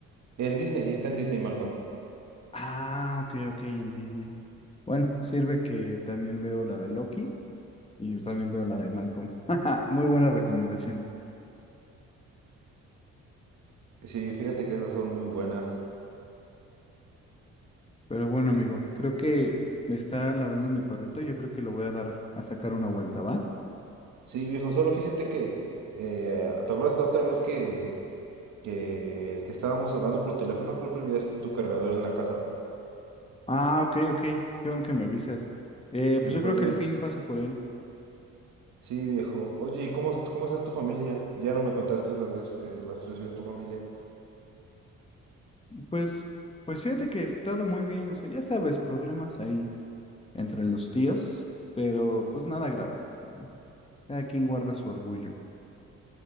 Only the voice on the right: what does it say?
en Disney, está en Disney Malcolm.
Sí, fíjate que esas son muy buenas.
Sí,
Sí, viejo, solo fíjate que, eh, ¿te acuerdas la otra vez que que, que estábamos hablando por teléfono, creo que olvidaste tu cargador en la casa.
Entonces,
sí, viejo. Oye, ¿y cómo, es- cómo está tu familia? Ya no me contaste esa vez eh, la situación de tu familia.